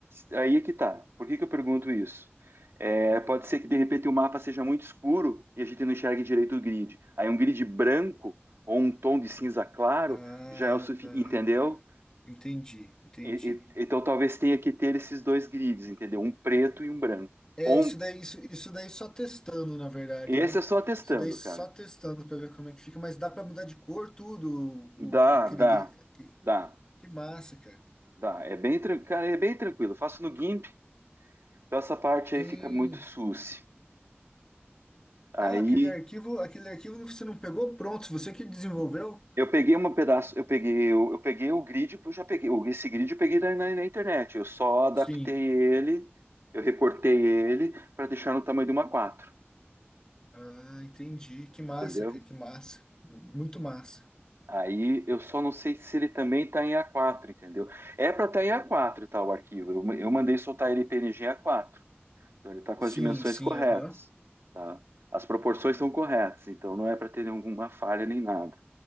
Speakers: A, on the right; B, on the left.
A: aí é que tá. Por que que eu pergunto isso? É, pode ser que de repente o mapa seja muito escuro e a gente não enxergue direito o grid. Aí um grid branco ou um tom de cinza claro
B: Ah,
A: já é o suficiente,
B: ah,
A: entendeu?
B: entendi, entendi.
A: E- e- então talvez tenha que ter esses dois grids, entendeu? Um preto e um branco.
B: É,
A: Ou
B: isso
A: um-
B: daí, isso, isso daí só testando, na verdade,
A: Esse
B: né?
A: é só testando,
B: Isso daí só
A: cara.
B: testando para ver como é que fica, mas dá para mudar de cor tudo, o,
A: Dá,
B: o- aquele
A: dá,
B: que,
A: dá,
B: que massa, cara.
A: dá. É bem, tran- cara, é bem tranquilo. Eu Faço no GIMP, então essa parte
B: Sim.
A: aí fica muito susse. Aí
B: Ah, aquele arquivo, aquele arquivo você não pegou pronto, você que desenvolveu?
A: eu peguei um pedaço, eu peguei, eu, eu peguei o grid, eu já peguei, o- esse grid eu peguei na, na- na internet. Eu só adaptei
B: Sim.
A: ele, eu recortei ele para deixar no tamanho de uma quatro.
B: Ah, entendi. Que massa,
A: entendeu?
B: cara, que massa. Muito massa.
A: Aí eu só não sei se ele também está em A4, entendeu? É para estar em A4, tá, o arquivo. Eu, eu mandei soltar ele em PNG em A4. Então ele está com
B: Sim,
A: as dimensões
B: sim,
A: corretas,
B: aham.
A: tá? As proporções são corretas, então não é para ter nenhuma falha nem nada.